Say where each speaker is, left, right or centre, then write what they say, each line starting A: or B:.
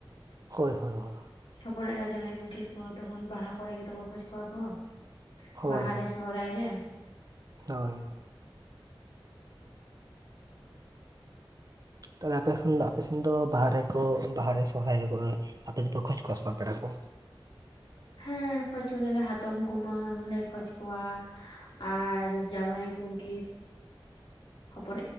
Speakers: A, on the right (about 45°); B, on the left (about 85°).
A: ᱦᱳᱭ ᱦᱳ ᱦᱳᱭ
B: ᱦᱚᱯᱚᱱ ᱮᱨᱟ ᱡᱟᱶᱟᱭ ᱜᱚᱝᱠᱮᱛᱽ ᱠᱚᱦᱚ ᱛᱚᱠᱷᱚᱱ ᱵᱟᱦᱟ ᱠᱚᱨᱮ ᱜᱮ ᱛᱚ ᱠᱚ ᱠᱷᱚᱡ ᱠᱚᱣᱟ ᱠᱚ
A: ᱦᱳᱭ
B: ᱵᱟᱦᱟ
A: ᱦᱳᱭ
B: ᱨᱮ ᱥᱚᱦᱚᱨᱟᱭ ᱨᱮ
A: ᱦᱳᱭ ᱛᱟᱦᱚᱞᱮ ᱟᱯᱮ ᱠᱷᱚᱱ ᱫᱚ ᱟᱯᱮ ᱥᱮᱱ ᱫᱚ ᱵᱟᱦᱟ ᱨᱮ ᱠᱚ ᱵᱟᱦᱟ ᱨᱮ ᱥᱚᱦᱨᱟᱭ ᱠᱚᱨᱮ ᱟᱯᱮ ᱫᱚᱯᱮ ᱠᱷᱚᱡ ᱠᱚᱭᱟ ᱥᱮ ᱵᱟᱝ ᱯᱮᱲᱟ ᱠᱚ
B: ᱦᱮᱸ ᱠᱷᱚᱡ ᱠᱚᱜᱮᱭᱟᱞᱮ ᱦᱟᱛᱚᱢ ᱠᱩᱢᱟᱹᱝ ᱞᱮ ᱠᱷᱚᱡᱽ ᱠᱚᱣᱟ ᱟᱨ ᱡᱶᱟᱭ ᱜᱚᱝᱠᱮᱛᱽ ᱦᱚᱯᱚᱱ